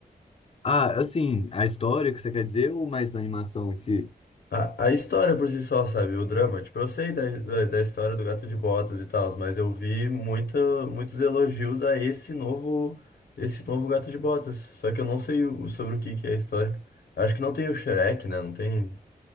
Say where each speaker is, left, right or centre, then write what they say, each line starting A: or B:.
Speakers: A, on the left (about 40°); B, on the left (about 80°).
A: Ah, assim, a história que você quer dizer ou mais da animação em si?
B: A, a história por si só, sabe? O drama. Tipo, eu sei da, da, da história do Gato de Botas e tal, mas eu vi muita, muitos elogios a esse novo, esse novo Gato de Botas. Só que eu não sei o- sobre o que que é a história. Acho que não tem o Shrek, né? Não tem.